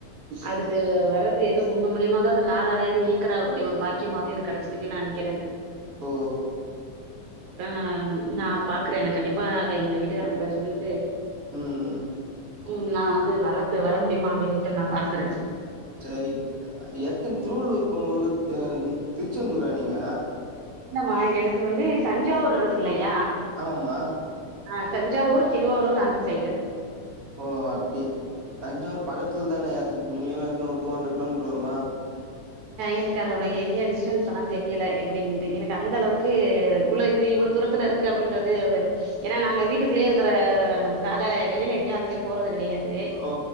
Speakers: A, on the right; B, on the right.
A: அதுக்கு வரது எதோ உங்க மூலியமோ அது காதாலயாது கேக்கற அப்டி ஒரு பாக்கி கியமா அது எனக்கு கடச்சிருக்குன்னு நெனைக்கற
B: ஓ
A: ஆஹ் நா பாக்ற நா கண்டிப்பா எங்க வீட்டுக்காரங்கிட்ட சொல்லிட்டு
B: ம் ம்
A: ம் நா வந்து வரது வர முடியுமா அப்டின்ட்டு நா பாக்கற
B: சரி எத்தன திருவள்ளூர்க்கு உங்களுக்கு திருச்செந்தூரா நீங்க
A: இல்லம்மா எனக்கு வந்து தஞ்சாவூர் இருக்கு இல்லையா
B: ஆமாம்மா
A: அ தஞ்சாவூர் திருவாரூர் அந்த சைடு
B: ஓ அப்டியா தஞ்சாவூர் பக்கத்துல தான எத்தன மினிமம் எத்தன ஒரு டூ ஹண்ட்ரட் கிலோமீட்டர் வருமா
A: எனக்கு அதோட ஏரியா டிஸ்டன்ஸ்ல்லா தெரியல எப்டின்ட்டு எனக்கு அந்த அளவுக்கு இவ்ளோ இது இவ்ளோ தூரத்துல இரு அப்டிறன்றது ஏ நாங்க வீட்டுக்குள்ளேயே இருக்கிறனால வெளியில எங்க அதிக போறது கெடையாது
B: ஓ